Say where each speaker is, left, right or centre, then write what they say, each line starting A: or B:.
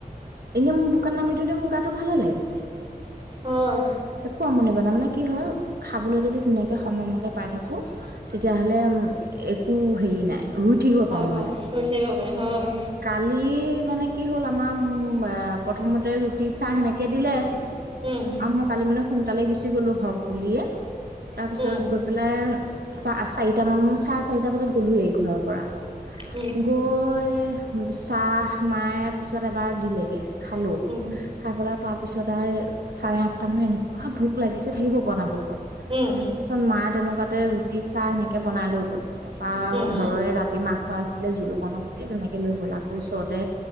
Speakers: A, on the right (about 80°); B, on the right (about 35°).
A: এনেই মোৰ বোকাত নামি দিওঁতে মোৰ গাটো ভালে লাগিছে।
B: হয়।
A: একো আমনি কৰা নাই। তাৰ মানে কি হ'ল খাবলৈ যদি ধুনীয়াকে সময়মতে পাই থাকো তেতিয়া হ'লে উম একো হেৰি নাই, ৰুই থাকিব পাৰোঁ
B: হয়
A: মানে।
B: হৈ থাকিব পাৰে হয়
A: কালি মানে কি হ'ল আমাৰ উম এ প্ৰথমতে ৰুটি, চাহ সেনেকে দিলে।
B: উম
A: আৰু মই কালি মানে সোনকালে গুচি গ'লো হওঁক বুলিয়ে, তাৰ পিছত
B: উম
A: গৈ পেলাই পা চাৰিটা মান চাৰে চাৰিটা বজাত গ'লোয়েই ঘৰৰ পৰা,
B: উম
A: গৈ উম চাহ মায়ে পিছত এবাৰ দিলেগে, খালো।
B: উম।
A: খাই পেলাই তাৰ পিছত আৰু চাৰে আঠটা মানত এনেকুৱা ভোক লাগিছে থাকিব পৰা নাই ভোকত।
B: উম
A: পিছত মায়ে তেনেকুৱাতে ৰুটি, চাহ সেনেকে বনাই লৈ গ'ল। তাৰপা
B: উম
A: ঘৰৰে ৰাতি মাংস আছিলে জোল অকণৰ সৈতে তেনেকে লৈ গ'ল। আকৌ ওচৰতে